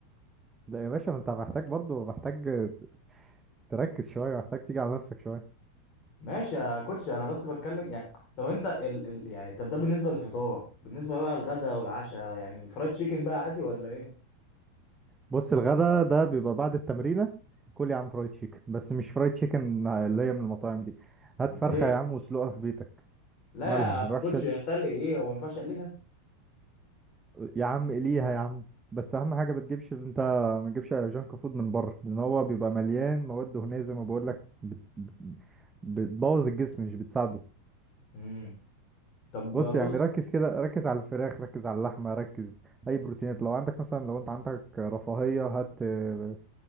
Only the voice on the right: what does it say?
لا يا باشا ما انت محتاج برضو محتاج ت- تركز شوية محتاج تيجي على نفسك شوية
بص الغدا ده بيبقى بعد التمرينة كل يا عم فرايد تشيكن بس مش فرايد تشيكن اللي هي من المطاعم دي هات
فرخة
يا
عم واسلقها في بيتك
مالها
الوحشة
دي
يا عم ليها يا عم بس اهم حاجه ما تجيبش انت ما تجيبش جانك فود من بره لان هو بيبقى مليان مواد دهنيه زي ما بقول لك بت... بت- بتبوظ الجسم مش بتساعده
بص يعني
ركز كده ركز على الفراخ ركز على اللحمه ركز اي بروتينات لو عندك مثلا لو انت عندك رفاهيه هات آه،